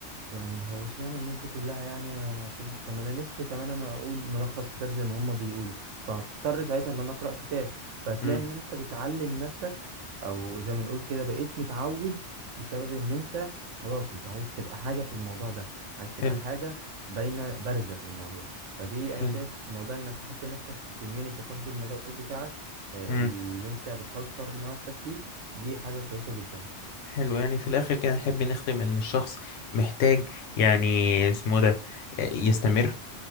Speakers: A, on the right (about 85°); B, on the left (about 90°).
A: يعني هو اشمعنى الناس دي كلها يعني آه، طب طب ما انا نفسي كمان انا اقول ملخص كتاب زي ما هما بيقولوا فهضطر ساعتها ان انا اقرا كتاب فهتلاقي
B: امم
A: ان انت بتعلم نفسك او زي ما نقول كده بقيت متعود بسبب ان انت خلاص انت عايز تبقى حاجة في الموضوع ده عايز تبقى
B: حلو
A: حاجة باينة بارزة في الموضوع فدي
B: حلو
A: انا شايف موضوع انك تحط نفسك في كوميونيتي خاص بالمجال بتاعك آه،
B: امم
A: اللي انت بتحاول تطور نفسك فيه دي حاجة كويسة جدا
B: حلو يعني في الاخر كده نحب نختم ان الشخص محتاج يعني اسمه ده آه، يستمر